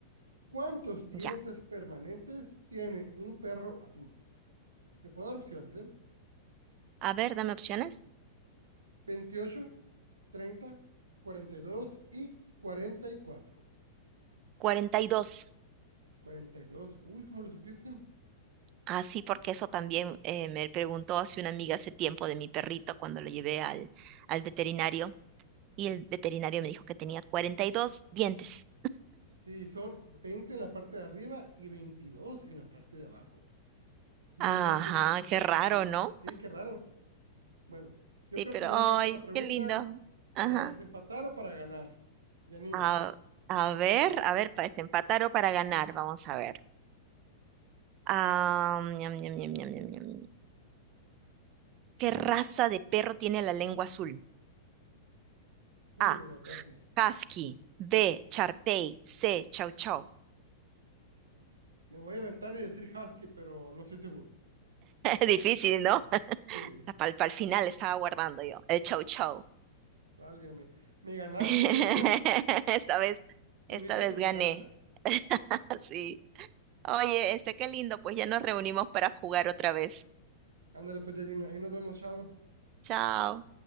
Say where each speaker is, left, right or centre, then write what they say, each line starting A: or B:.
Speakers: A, on the right; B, on the right.
A: ¿cuántos dientes
B: Ya.
A: permanentes tiene un perro adulto? Te puedo dar opciones, ¿eh?
B: A ver, dame opciones.
A: Veintiocho. treinta, cuarenta y dos y y cuarenta cuarenta cuatro,
B: 42.
A: cuarenta y dos, uy, ¿cómo lo supiste?
B: Ah, sí, porque eso también eh, me preguntó hace una amiga hace tiempo de mi perrito cuando lo llevé al, al veterinario y el veterinario me dijo que tenía 42 dientes.
A: Sí, son veinte en la parte de arriba y 22 en la parte de abajo. No
B: Ajá,
A: son simétricos,
B: qué raro,
A: qué loco.
B: ¿no?
A: Sí, qué raro. Bueno, yo
B: Sí,
A: creo
B: pero
A: que ya
B: ay,
A: la última pregunta,
B: qué lindo. Ajá.
A: ¿para desempatar o para ganar? Yanina,
B: A, a ver, a ver, para desempatar o para ganar, vamos a ver. Ah, ñam, ñam, ñam, ñam, ñam, ñam. ¿Qué raza de perro tiene la lengua azul?
A: uy,
B: A,
A: me mataste.
B: Husky. B, Charpey. C, Chow Chow.
A: Me voy a inventar y decir Husky, pero no estoy seguro.
B: <laughs> Difícil, ¿no?
A: Sí,
B: Para el final estaba guardando yo, el chau chau.
A: válgame. Me ganaste,
B: <laughs>
A: Yanina.
B: Esta vez,
A: Tuviste
B: esta vez
A: tu venganza.
B: gané. <laughs> Sí. Oye, este qué lindo, pues ya nos reunimos para jugar otra vez.
A: Ándale, pues, Yanina. Ahí nos vemos, chao.
B: Chao.